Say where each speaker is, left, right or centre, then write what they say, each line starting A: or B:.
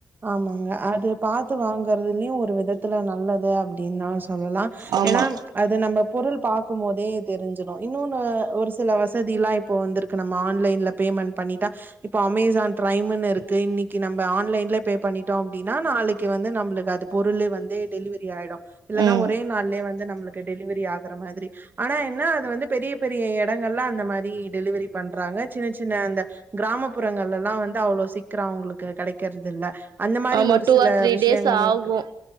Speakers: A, on the right (about 30°); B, on the right (about 85°).
A: ஆமங்க அது பாத்து வாங்கறதுலயும் ஒரு வெத்துல நல்லது <unintelligible> அப்டின்னா சொல்லலாம்
B: ஆமா
A: ஏன்னா அது நம்ம பொருள் பாக் கு மோதே தெரிஞ்சிடும் இன்னொன்னு ஒருஸ் சில வசதி இல்லாம் இப்போ வந்துருக் நம்ம ஆன்லைன்ல பேமன் பண்ணிட்டா இப்ப அமேசான் பிரைம்னு இருக்கு இன்னைக் இன்னைக்கு நம்ப ஆன்லைன்ல பே பண்ணிட்டோம் அப்டின்னா நாளைக்கு வந்து நம்மளுக்கு அது பொருளு வந்து டெலிவரி ஆயிடும் இல்லன்னா
B: ம்
A: ஒரே நாள்லயே வந்து நம்மளுக்கு டெலிவரி ஆக வரமாதிரி ஆனா என்ன அத வந்து பெரிய பெரிய எடங்கள்ல அந்த மாதிரி டெலிவரி பண்றாங்க சின்ன சின்ன அந்த கிராமப்புறங்கள்லல்லாம் வந்து அவ்ளோ சிக்கிரம் அவங்களுக்கு கெடைக்கிறது இல்ல அந்த மாரி
B: ஆமா
A: ஒரு
B: டூ
A: சில
B: ஆர் த்ரீ
A: விஷயங்களு
B: டேஸ் ஆகும்
A: இருக்கு